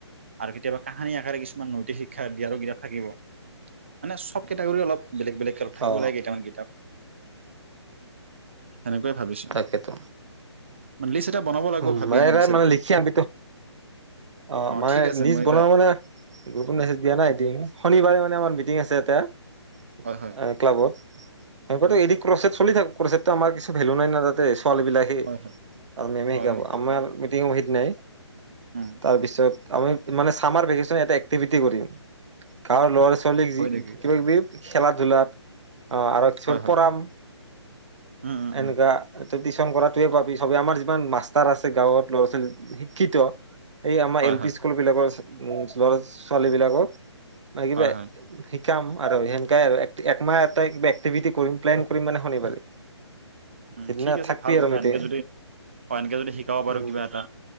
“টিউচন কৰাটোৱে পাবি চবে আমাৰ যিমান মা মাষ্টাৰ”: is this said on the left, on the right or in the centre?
Right